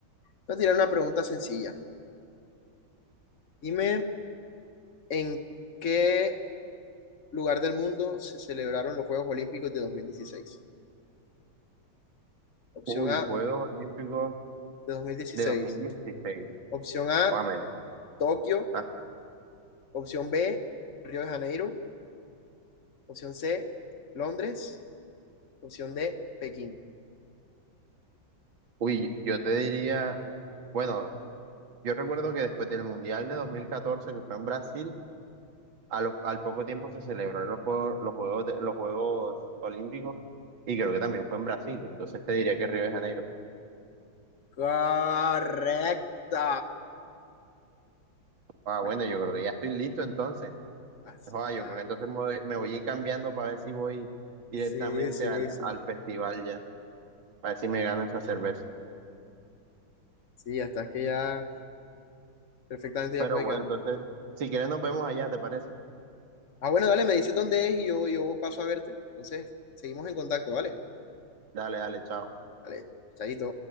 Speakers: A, on the left; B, on the right.
A: Te voy a tirar una pregunta sencilla. Dime en qué lugar del mundo se celebraron los Juegos Olímpicos de dos mil dieciséis Opción
B: Uy,
A: A,
B: Juegos Olímpicos
A: de dos mil dieciséis
B: de 2016.
A: Opción A,
B: Guámele.
A: Tokio.
B: Ah,
A: Opción B, Río de Janeiro. Opción C, Londres. Opción D, Pekín.
B: Uy, yo te diría, bueno, yo recuerdo que después del Mundial de 2014 que fue en Brasil, a lo- al poco tiempo se celebraron los juegos, los juegos, de- los Juegos Olímpicos y creo que también fue en Brasil. Entonces te diría que Río de Janeiro.
A: Correcta.
B: Ah,
A: Bueno,
B: bueno, yo creo que ya estoy listo entonces.
A: así
B: Ah,
A: está.
B: yo creo que entonces me voy, me voy a ir cambiando para ver si voy directamente
A: Sí, sí,
B: al,
A: sí.
B: al festival ya, para ver si me gano esa cerveza.
A: Sí, hasta que ya Perfectamente ya
B: Pero
A: puedes
B: bueno,
A: ganar.
B: entonces, si quieres nos vemos allá, ¿te parece?
A: Ah, bueno, dale, me dices dónde es y yo, yo paso a verte. Entonces, seguimos en contacto, ¿vale?
B: Dale, dale, chao.
A: Dale, chayito.